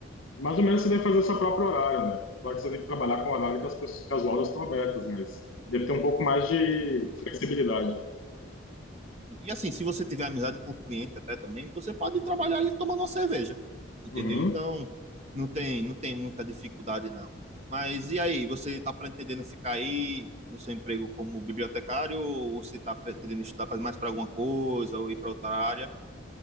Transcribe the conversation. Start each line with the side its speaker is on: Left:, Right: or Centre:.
Left: mais ou menos você deve fazer o seu próprio horário, né? Claro que você tem que trabalhar com o horário que as, pessoas, que as lojas estão abertas, mas deve ter um pouco mais de
Right: Sim, sim.
Left: flexibilidade.
Right: E assim, se você tiver amizade com o cliente até também, você pode trabalhar ali tomando uma cerveja, entendeu?
Left: Uhum.
Right: Então, não tem, não tem muita dificuldade não. Mas e aí, você está pretendendo ficar aí no seu emprego como bibliotecário ou você está pretendendo estudar mais para alguma coisa ou ir para outra área?